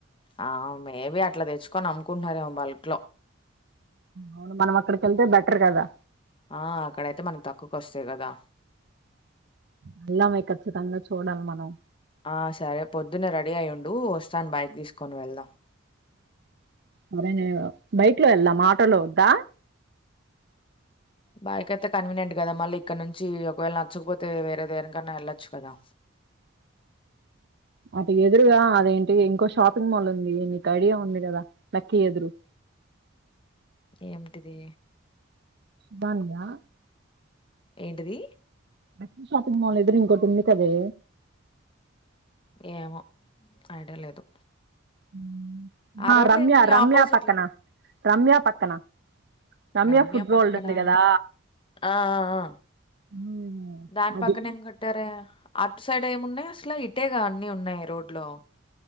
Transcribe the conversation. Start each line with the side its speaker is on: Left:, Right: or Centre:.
Left: ఆ మేబి అట్లా తెచ్చుకొని అమ్ముకుంటన్నారేమో బల్క్ లో
Right: అవును మనం అక్కడికేళ్తే బెటర్ కదా
Left: ఆ అక్కడయితే మనకు తక్కువకోస్తాయి కదా
Right: వెళ్దాం మే కచ్చితంగా చూడాలి మనం
Left: ఆ సరే పొద్దున్న రెడీ అయ్యి ఉండు వస్తాను బైక్ తీసుకొని వెళ్దాం
Right: సరే నే బైక్ లో వెళ్దామా ఆటోలో వద్దా
Left: బైక్ అయితే కన్వీనియంట్ కదా మళ్ళీ ఇక్కడ నుంచి ఒకవేళ నచ్చకపోతే వేరే దేనికన్నా వెళ్ళొచ్చు కదా
Right: అటు ఎదురుగా అదేంటి ఇంకో షాపింగ్ మాల్ ఉంది నీకు ఐడియా ఉంది కదా లక్కీ ఎదురు
Left: ఏమిటిది
Right: బానియా
Left: ఏంటిది
Right: లక్కీ షాపింగ్ మాల్ ఎదురు ఇంకోటి ఉంది కదే
Left: ఏమో ఐడియా లేదు
Right: హ్మ్ ఆ
Left: రోడ్లో
Right: రమ్యా
Left: ఏముంది
Right: రమ్యా
Left: ఆపోజిట్
Right: పక్కన
Left: లో
Right: రమ్యా పక్కన రమ్య
Left: రమ్యా
Right: ఫుడ్ వరల్డ్
Left: పక్కన
Right: ఉంది కదా
Left: ఆ ఆ
Right: మ్మ్.
Left: దాని
Right: అది
Left: పక్కన ఏం కట్టారే అట్ సైడ్ ఏం ఉన్నాయి అసలు ఇటేగా అన్ని ఉన్నాయి రోడ్ లో